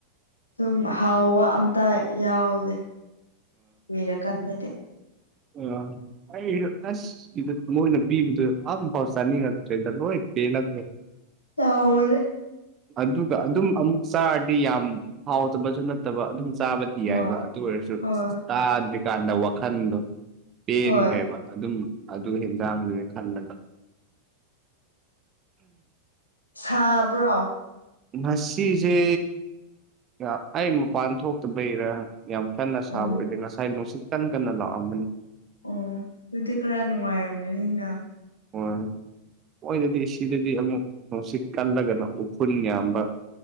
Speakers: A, on the left; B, on the right.
A: ꯑꯗꯨꯝ ꯍꯥꯎꯕ ꯑꯝꯇꯥꯏ ꯌꯥꯎꯗꯦ ꯀꯨꯏꯔꯀꯥꯟꯗꯗꯤ
B: ꯑꯥ ꯑꯩꯁꯨ ꯑꯁ ꯁꯤꯗ ꯃꯣꯏꯅ ꯄꯤꯕꯗꯨ ꯑꯝ ꯄꯥꯎ ꯆꯥꯅꯤꯉꯛꯇ꯭ꯔꯦꯗ ꯂꯣꯏ ꯕꯦꯟꯂꯛꯕꯒꯤ
A: <inaudible>
B: ꯑꯗꯨꯒ ꯑꯗꯨꯝ ꯑꯃꯨꯛ ꯆꯥꯔꯗꯤ ꯌꯥꯝ ꯍꯥꯎꯗꯕꯁꯨ ꯅꯠꯇꯕ ꯑꯗꯨꯝ ꯆꯥꯕꯗꯤ
A: ꯍꯣꯏ
B: ꯌꯥꯏꯕ ꯑꯗꯨ ꯑꯣꯏꯔꯁꯨ
A: ꯑꯣ
B: ꯇꯥꯗ꯭ꯔꯤꯀꯥꯟꯗ ꯋꯥꯈꯟꯗꯣ ꯄꯦꯟꯈ꯭ꯔꯦꯕ
A: ꯍꯣꯏ
B: ꯑꯗꯨꯝ ꯑꯗꯨ ꯍꯦꯟꯖꯥꯡꯗꯨꯒꯤ ꯈꯟꯕꯗ
A: ꯁꯥꯕ꯭ꯔꯣ
B: ꯉꯁꯤꯁꯦ ꯑ ꯑꯩ ꯃꯄꯥꯟ ꯊꯣꯛꯇꯕꯩꯔꯥ ꯌꯥꯝ ꯀꯟꯅ
A: ꯑꯣ
B: ꯁꯥꯕ ꯑꯣꯏꯗꯦ ꯉꯁꯥꯏ ꯅꯨꯡꯁꯤꯠ ꯀꯟꯅ ꯀꯟꯅ ꯂꯥꯛꯑꯝꯕꯅꯤ
A: ꯑꯣ ꯑꯗꯨꯗꯤ ꯈꯔ ꯅꯨꯡꯉꯥꯏꯔꯝꯒꯅꯤꯅ
B: ꯍꯣꯏ ꯃꯣꯏꯗꯗꯤ ꯁꯤꯗꯗꯤ ꯑꯃꯨꯛ ꯅꯨꯡꯁꯤꯠ ꯀꯜꯂꯒꯅ ꯎꯐꯨꯜ ꯌꯥꯝꯕ